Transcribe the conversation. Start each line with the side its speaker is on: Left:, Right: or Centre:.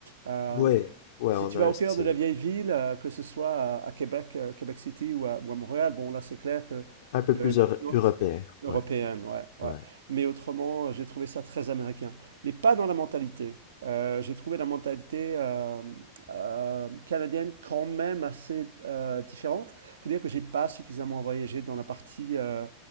Right: Euh,
Left: Ouais. Ouais,
Right: si
Left: on
Right: tu
Left: a
Right: vas
Left: un
Right: au
Left: style
Right: cœur de la vieille ville, euh, que ce soit à, à Québec, euh, Québec City ou à, ou à Montréal, bon là c'est clair que
Left: un peu
Right: le-
Left: plus
Right: l'influence
Left: euro- européen.
Right: européenne,
Left: Ouais.
Right: ouais, ouais.
Left: Ouais.
Right: Mais autrement, euh, j'ai trouvé ça très américain. Mais pas dans la mentalité. Euh, j'ai trouvé la mentalité euh, euh, canadienne quand même assez euh, différente. faut dire que j'ai pas suffisamment voyagé dans la partie euh,